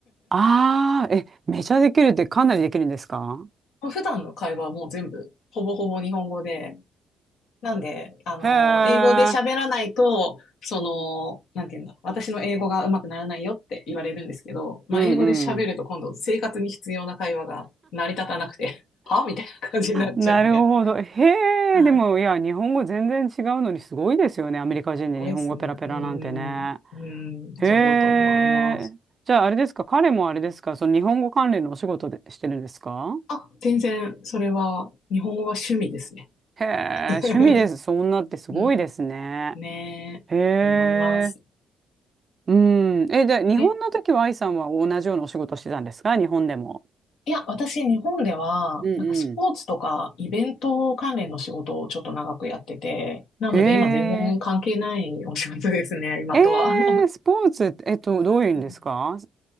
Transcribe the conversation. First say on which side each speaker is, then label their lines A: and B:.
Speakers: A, on the right (about 35°); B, on the left (about 75°).
A: ああ、え、めちゃできるってかなりできるんですか
B: <laughs> もう普段の会話はもう全部、ほぼほぼ日本語で、なんで、あの、
A: へえ。
B: 英語で喋らないと、その、なんていうんだ、私の英語が上手くならないよって言われるんですけど、まあ、
A: うんうん。
B: 英語で喋ると今度生活に必要な会話が成り立たなくて、<laughs> はみたいな感じになっちゃうんで。
A: なるほど。へ
B: はい。
A: え、でも、いや、日本語全然違うのにすごいですよね。アメリカ人で日本語ペラペラなんてね。
B: ないですね。うん、うん、
A: へえ。
B: すごいと思います。
A: じゃあ、あれですか、彼もあれですか、その日本語関連のお仕事でしてるんですか
B: あ、全然、それは、日本語は趣味ですね。
A: へえ、
B: <laughs>
A: 趣味です。そんなってすごいですね。
B: うん、ねえ、
A: へえ。
B: 思います。
A: うん。え、で、日本の時は愛さんは同じようなお仕事してたんですか日本でも。
B: え、いや、私、日本では、
A: うんう
B: なんかスポーツとかイベント関連の仕事をちょっと長くやってて、なので今全然関係ないお仕事ですね、
A: ん。へえ。
B: 今とは。
A: え
B: <laughs>
A: ー、スポーツって、えっと、どういうんですか
B: うん